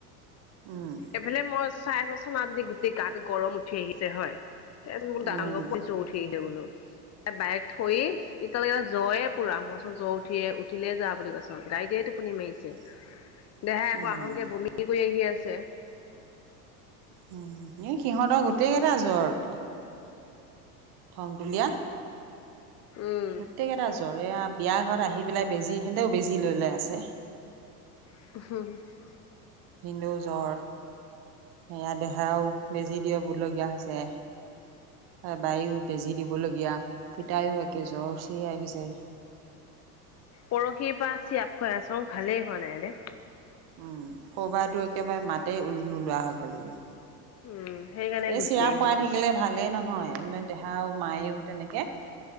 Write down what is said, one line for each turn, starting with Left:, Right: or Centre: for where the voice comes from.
Right: উম,
Left: এইফালে মই চাই চছ মী গোটেই গাটো গৰম উঠি আহিছে হয়। <unintelligible> ডাৰংগৰ
Right: উম
Left: পুলিচ উঠি আহিলে বুলো। বাইক থৈ তেতিয়ালৈকে জয়ে পুৰা মোৰ ওচৰত জ্বৰ উঠিয়ে উঠিলে যা বুলি কৈছো। গাইডে টোপুনি মাৰিছে।
Right: <inaudible>
Left: দেহাই আকৌ
Right: উম
Left: আহংকে বমি কৰি আহি আছে।
Right: উম, এই সিহঁতৰ গোটেই কেইটা জ্বৰ। খং তুলীয়া
Left: উম,
Right: গোটেই কেইটা জ্বৰ এয়া বিয়া ঘৰত আহি পেলাই বেজি সেহঁতেও বেজি লৈ লৈ আছে।
Left: <unintelligible>
Right: ভিন্দেও জ্বৰ, সেয়া দেহাও বেজি দিবলগীয়া হৈছে। বায়ো বেজি দিবলগীয়া পিতায়ো একে জ্বৰ উঠি আহিছে। <inaudible>
Left: পৰহিৰ পৰা চিৰাপ খুৱাই আছো ভালেই হোৱা নাই ৰে।
Right: উম, হৰু বায়েটো একেবাৰে মাতেই নোলোৱা সৈগলগে
Left: উম, সেইকাৰণে
Right: এই
Left: গুচি
Right: চিৰাপ
Left: আহিলোঁ।
Right: খুৱাই থাকিলে ভালেই নহয় দেহাও মায়েও তেনেকে